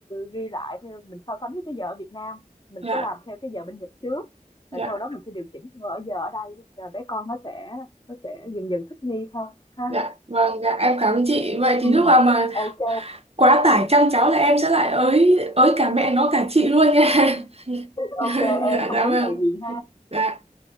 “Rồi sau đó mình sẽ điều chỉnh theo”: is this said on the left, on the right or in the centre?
Left